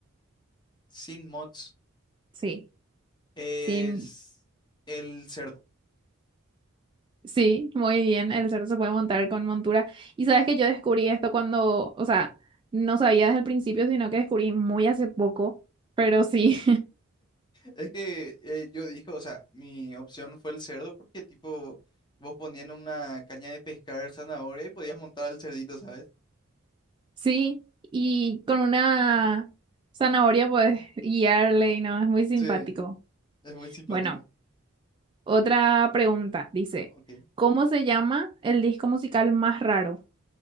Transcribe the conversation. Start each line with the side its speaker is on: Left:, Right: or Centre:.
Left: Sin mods
Right: Sí.
Left: es
Right: Sí,
Left: el cerdo.
Right: sí, muy bien. El cerdo se puede montar con montura. Y sabes que yo descubrí esto cuando, o sea, no sabía desde el principio, sino que descubrí muy hace poco. Pero sí,
Left: Es que eh, yo dije, o sea, mi opción fue el cerdo porque tipo vos ponían una caña de pescar zanahoria y podías montar al cerdito, ¿sabes?
Right: <laughs> sí. Y con una zanahoria puedes guiarle y no, es muy simpático.
Left: Sí, es muy simpático.
Right: Bueno, otra pregunta. Dice,
Left: Ok.
Right: ¿cómo se llama el disco musical más raro?